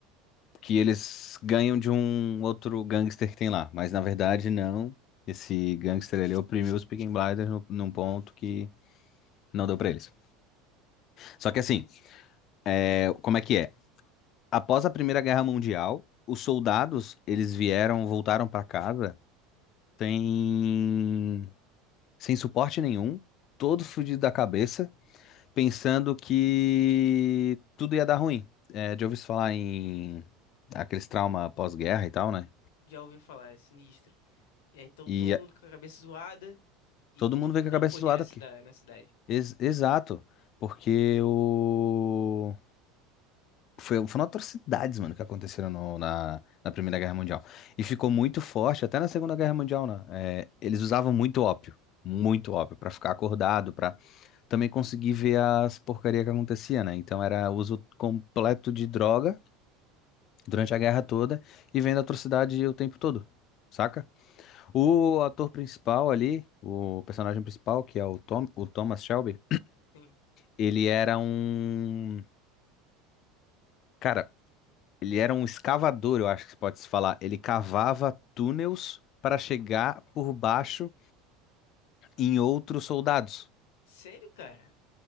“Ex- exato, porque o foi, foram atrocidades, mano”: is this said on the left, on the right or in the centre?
Left